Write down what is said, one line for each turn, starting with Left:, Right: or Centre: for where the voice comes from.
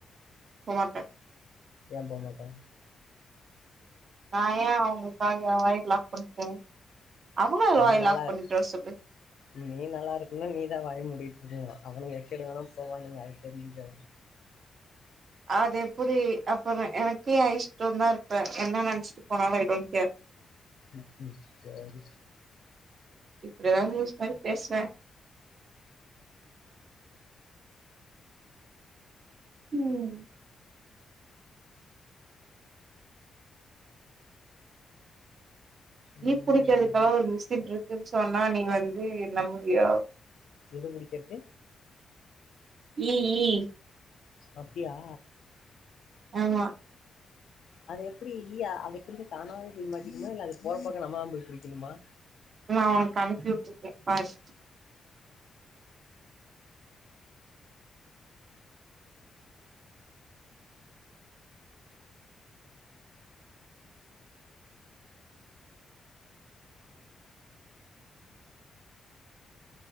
Right: போ மாட்ட
Left: ஏ போ மாட்ட
Right: நா ஏ அவுங்களுக்காக எ வாய லாக் பண்ணு அவுங்க அவுங்க
Left: நீ
Right: வாய
Left: நல்லா
Right: லாக் பண்ணிட்டு
Left: இரு
Right: வர சொல்லு
Left: நீ நல்லா இருக்கண்னா நீ தா வாய முடிட்ருக்கணு அவனுங்க எக்கேடு வேணா போவானுங்க அத தெரிஞ்சிக்கோ
Right: அதெப்பிடி அப்பறோ எனக்கு எ இஷ்டோந்தா இருப்பே என்ன நெனச்சிட்டு போனாலு ஐ டோன் கேர்
Left: ம்ம் சேரி
Right: இப்பிடிதா லூஸ் மாரி பேஸ்வே ம்
Left: ம்,
Right: ஈ புடிக்கறதுக்கெலா ஒரு மிஷின்ருக்குன் சொன்னா நீ வந்து நம்புவியோ
Left: எது புடிக்கறக்கு
Right: ஈ ஈ
Left: அப்டியா
Right: ஆமா
Left: அது எப்டி ஈயா அதுக்குள்ள தானாவே போய் மாட்டிக்குமா இல்ல அது போற பக்கோ நம்மதா போய் புடிக்கணுமா
Right: நா உனக் அனுப்பி உட்ருக்கே பாரு